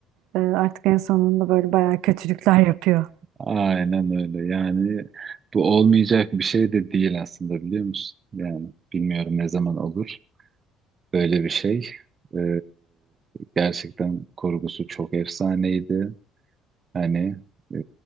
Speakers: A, on the right; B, on the right.
A: e, artık en sonunda böyle bayağı kötülükler yapıyor.
B: Aynen öyle. Yani bu olmayacak bir şey de değil aslında biliyor musun? Yani bilmiyorum ne zaman olur böyle bir şey. Ee, gerçekten kurgusu çok efsaneydi. Hani e,